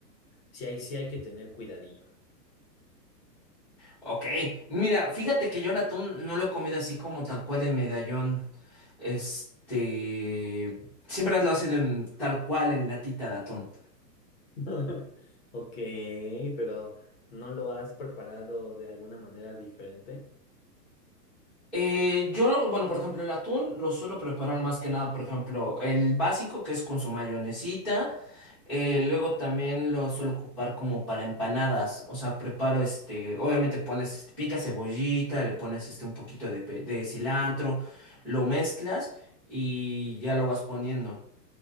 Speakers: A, on the left; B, in the centre.
A: sí hay, sí hay que tener cuidadillo.
B: Ok. Mira, fíjate que yo el atún no lo he comido así como tal cual en medallón. Este... Siempre lo ha sido en- tal cual en latita de atún.
A: <laughs> Ok, pero ¿no lo has preparado de alguna manera diferente?
B: Eh, yo, bueno, por ejemplo, el atún lo suelo preparar más que nada, por ejemplo, el básico que es con su mayonesita. eh, luego también lo suelo ocupar como para empanadas. O sea, preparo este, obviamente pones, este, picas cebollita, le pones este un poquito de, pe- de cilantro, lo mezclas y ya lo vas poniendo.